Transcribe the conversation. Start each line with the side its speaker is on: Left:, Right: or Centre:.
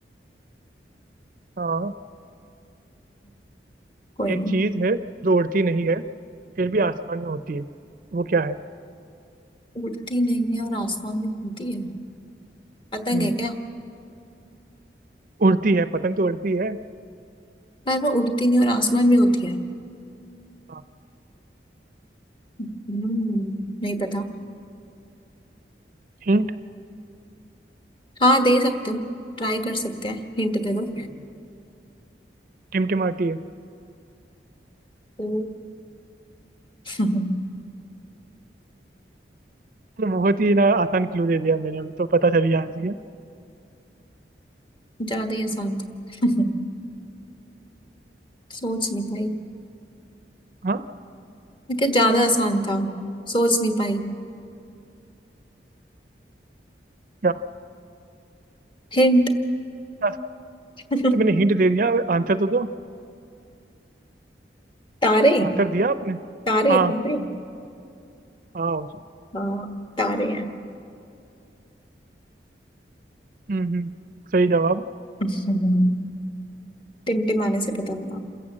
Right: हाँ
Left: कोई
Right: एक
Left: नहीं
Right: चीज है जो उड़ती नहीं है फिर भी आसमान में होती है वो क्या है
Left: उड़ती नहीं है और आसमान में होती है पतंग
Right: हम्म,
Left: है क्या
Right: उड़ती है पतंग तो उड़ती है
Left: पर वो उड़ती नहीं और आसमान में होती है
Right: हाँ
Left: हम्म नहीं पता
Right: हिंट
Left: हाँ दे सकते हो ट्राई कर सकते हैं हिंट दे दो
Right: टिमटिमाती है
Left: ओ हम्म,
Right: तो बहुत ही ना आसान क्लू दे दिया मैंने अभी तो पता चली जाना चाहिए
Left: <laughs> ज्यादा ही आसान था <laughs> सोच नहीं पाई
Right: हाँ
Left: लेकिन ज्यादा आसान था सोच नहीं पाई
Right: क्या
Left: हिंट
Right: क्या-
Left: <laughs>
Right: तो मैंने हिंट दे दिया आंसर तो दो
Left: तारे
Right: आंसर दिया आपने
Left: तारे
Right: हाँ
Left: तारे
Right: हाँ
Left: हाँ तारे हैं <laughs>
Right: हम्म हम्म सही जवाब
Left: हम्म। टिमटिमाने से पता लगा